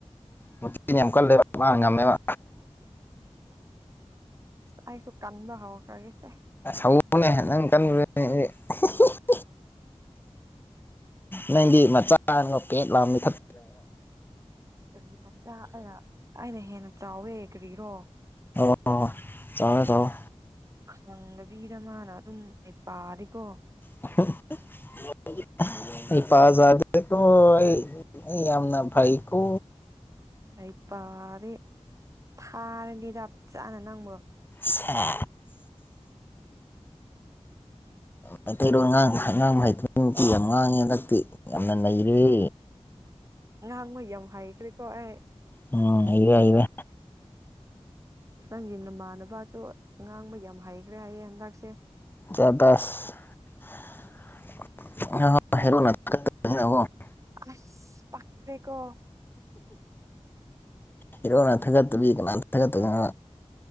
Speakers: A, on the left (about 20°); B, on the right (about 30°).
A: ꯃꯆꯦꯝ ꯀꯥꯟꯂꯦꯕ ꯉꯝꯃꯦꯃ
B: ꯑꯩꯁꯨ ꯀꯥꯟꯕ ꯍꯕꯔꯒꯦꯁꯦ
A: <unintelligible> ꯅꯪꯗꯤ ꯃꯆꯥ ꯀꯦ ꯂꯥꯃꯤ ꯈ
B: ꯀꯔꯤ ꯃꯆꯥ ꯑꯔ ꯑꯩꯅ ꯍꯦꯟꯅ ꯆꯥꯎꯋꯦ ꯀꯔꯤꯔꯣ
A: ꯑꯣ ꯆꯥꯎꯂꯦ ꯆꯂꯣ
B: ꯈꯪꯗꯕꯤꯗ ꯃꯥꯅ ꯑꯗꯨꯝ ꯍꯩꯄꯥꯗꯤ ꯀꯣ
A: <unintelligible> ꯍꯩꯄꯥ ꯖꯥꯗꯦꯀꯣ ꯑꯩ ꯌꯥꯝꯅ ꯐꯩꯀꯣ
B: ꯑꯩꯄꯥꯗꯤ ꯊꯥꯔꯗꯤꯗ ꯐꯖꯟꯅ ꯅꯪꯕꯨ
A: ꯁꯦꯁ ꯃꯩꯇꯩꯔꯣꯟ ꯉꯥꯡ ꯉꯥꯡꯕ ꯍꯩꯇꯕ ꯌꯥꯝ ꯉꯥꯡꯉꯦ ꯍꯟꯗꯛꯇꯤ ꯌꯥꯝꯅ ꯅꯩꯔꯦ
B: ꯉꯍꯥꯡꯕ ꯌꯥꯝ ꯍꯩꯈ꯭ꯔꯦꯀꯣ ꯑꯩ
A: ꯎꯝ ꯍꯩꯔꯦ ꯍꯩꯔꯦ
B: ꯅꯪꯒꯤ ꯅꯃꯥꯟ ꯁꯅꯕꯁꯨ ꯉꯥꯡꯕ ꯌꯥꯝ ꯍꯩꯒ꯭ꯔꯦ ꯍꯥꯏꯌꯦ ꯍꯟꯗꯛꯁꯦ
A: <unintelligible> <unintelligible>
B: ꯑꯁ ꯄꯥꯛꯇ꯭ꯔꯦ ꯀꯣ
A: ꯍꯤꯔꯣꯅ ꯊꯥꯒꯠꯇꯕꯤ ꯀꯅꯥ ꯊꯥꯒꯠꯇꯣꯢꯅꯣ